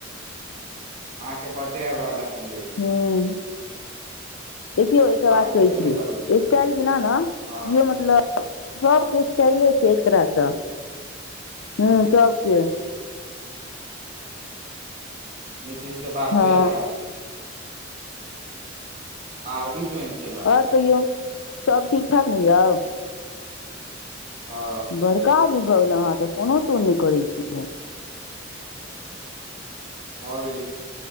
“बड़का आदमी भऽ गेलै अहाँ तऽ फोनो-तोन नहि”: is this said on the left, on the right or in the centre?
Left